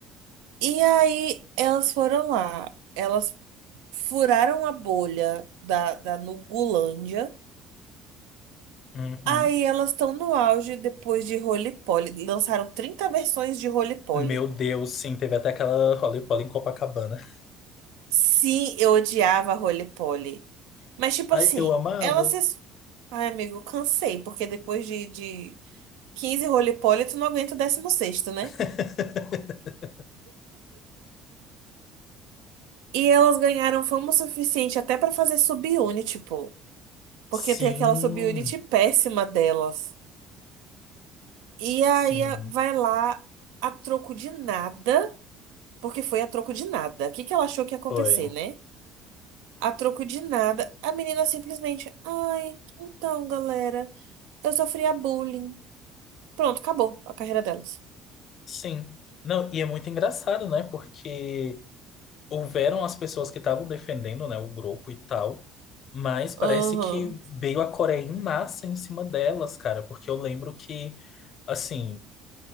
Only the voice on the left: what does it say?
uhum.
Meu Deus, sim, teve até aquela Holly Polly em Copacabana.
Ai,
eu amava.
<laughs>
Sim,
sim,
foi.
Sim. Não, e é muito engraçado, né? Porque houveram as pessoas que estavam defendendo, né, o grupo e tal, mas parece
que veio a Coreia em massa em cima delas, cara, porque eu lembro que, assim,